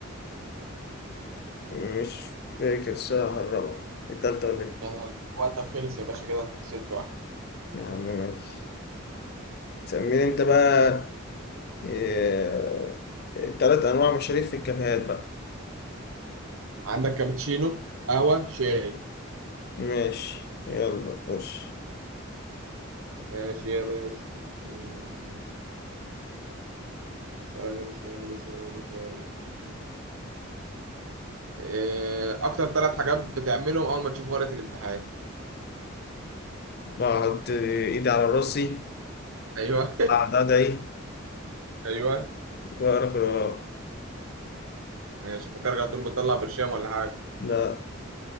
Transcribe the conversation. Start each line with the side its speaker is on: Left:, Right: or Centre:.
Left: مش فاكر الصراحة الرابعة التالتة ولا ايه
Right: يلا وقتك خلص يا باشا كده انت خسرت واحدة
Left: يا عم ماشي تسميني انت بقى آه، تلات أنواع مشاريف في الكافيهات بقى
Right: عندك كابتشينو قهوة شاي
Left: ماشي يلا خش
Right: ماشي يا باشا مم، ثواني ثواني ثواني ثواني ثواني إيه، اكتر ثلاث حاجات بتعملهم اول ما تشوف ورقه الامتحان
Left: بحط إيدي على راسي
Right: ايوه
Left: أقعد أدعي
Right: <laughs> ايوه
Left: وأقرأ قرآن
Right: ماشي فكرك على طول بتطلع برشام ولا حاجه
Left: لا